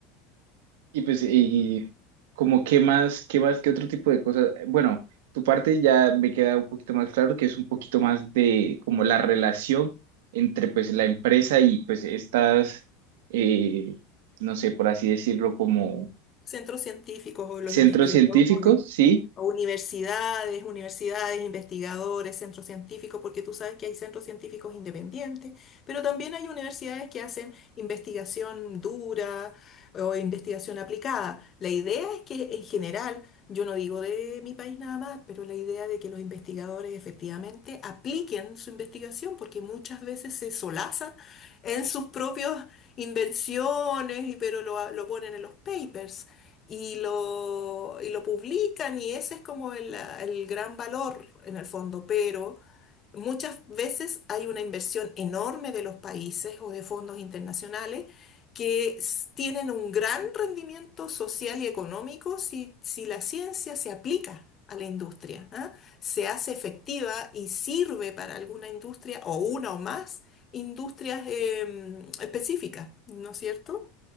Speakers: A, on the right; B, on the left.
A: Y pues, y como qué más, qué más, qué otro tipo de cosas. Bueno, tu parte ya me queda un poquito más claro que es un poquito más de como la relación entre pues la empresa y pues estas, eh, no sé, por así decirlo, como
B: centros científicos o los
A: centros
B: investigadores,
A: científicos, ¿sí?
B: o universidades, universidades, investigadores, centros científicos, porque tú sabes que hay centros científicos independientes, pero también hay universidades que hacen investigación dura eh, o investigación aplicada. La idea es que en general, yo no digo de mi país nada más, pero la idea de que los investigadores efectivamente apliquen su investigación, porque muchas veces se solazan en sus propios invenciones, y pero lo, lo ponen en los papers y lo, y lo publican y ese es como el, el gran valor en el fondo, pero muchas veces hay una inversión enorme de los países o de fondos internacionales que s- tienen un gran rendimiento social y económico si, si la ciencia se aplica a la industria, ¿ah? Se hace efectiva y sirve para alguna industria o una o más industrias em, específicas, ¿no es cierto?